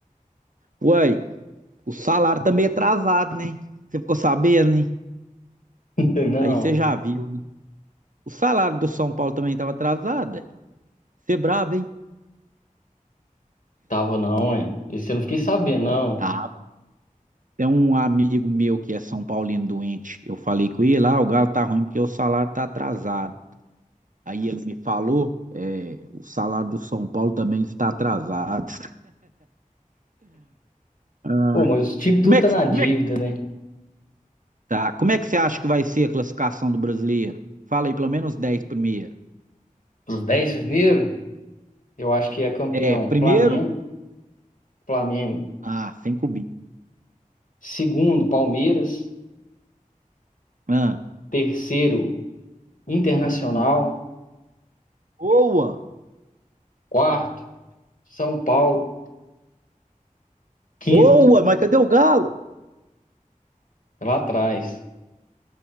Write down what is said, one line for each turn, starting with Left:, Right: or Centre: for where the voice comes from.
Right: Uai, o salário tá meio atrasado, né? Você ficou sabendo, né?
Left: <laughs> Não,
Right: Aí você já viu, né? O salário do São Paulo também tava atrasado. aí. Você é brabo, hein?
Left: tava não, é. Esse eu não fiquei sabendo, não.
Right: Tá. Tem um amigo meu que é São Paulino doente. Eu falei com ele, ah, o Galo tá ruim porque o salário tá atrasado. Aí ele me falou, é, o salário do São Paulo também está atrasado. <laughs>
Left: Pô, mas os times tudo
Right: Como é
Left: tá
Right: que,
Left: na
Right: como
Left: dívida,
Right: é
Left: né?
Right: Tá. Como é que você acha que vai ser a classificação do brasileiro? Fala aí, pelo menos 10 primeiro.
Left: Os 10 primeiros, eu acho que é campeão
Right: É, primeiro?
Left: Flamengo, Flamengo.
Right: Ah, sem cubinho.
Left: Segundo, Palmeiras.
Right: Ah.
Left: Terceiro, Internacional.
Right: Boa!
Left: Quarto, São Paulo. Quinto,
Right: Boa, mas cadê o Galo?
Left: é lá atrás.